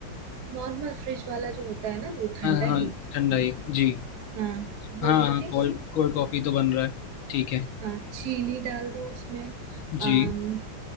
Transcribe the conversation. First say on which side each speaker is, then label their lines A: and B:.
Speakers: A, on the right; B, on the left.
A: नॉर्मल फ्रिज वाला जो होता है ना दूध ठंडा
B: हाँ हाँ
A: ही
B: ठंडा
A: लो
B: ही जी
A: हाँ वो
B: हाँ
A: लेके
B: हाँ कोल्ड कोल्ड कॉफी तो बन रहा है ठीक है
A: हाँ चीनी डाल दो उसमें अम,
B: जी